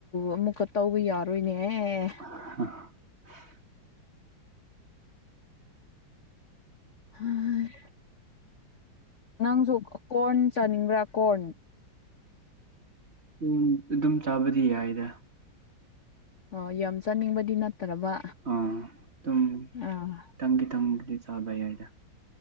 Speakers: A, on the left; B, on the right.
A: ꯑꯃꯨꯛꯀ ꯇꯧꯕ ꯌꯥꯔꯣꯏꯅꯦ ꯑꯦ
B: <unintelligible>
A: ꯍꯥꯏ ꯅꯪꯖꯨ ꯀꯣꯔꯟ ꯆꯥꯅꯤꯡꯕ꯭ꯔꯥ ꯀꯣꯔꯟ
B: ꯎꯝ ꯑꯗꯨꯝ ꯆꯥꯕꯗꯤ ꯌꯥꯏꯗ
A: ꯑꯣ ꯌꯥꯝ ꯆꯥꯅꯤꯡꯕꯗꯤ ꯅꯠꯇ꯭ꯔꯕ
B: ꯑꯥ ꯑꯗꯨꯨꯝ
A: ꯑꯥ
B: ꯈꯤꯇꯪ ꯈꯤꯇꯪꯕꯨꯗꯤ ꯆꯥꯕ ꯌꯥꯏꯗ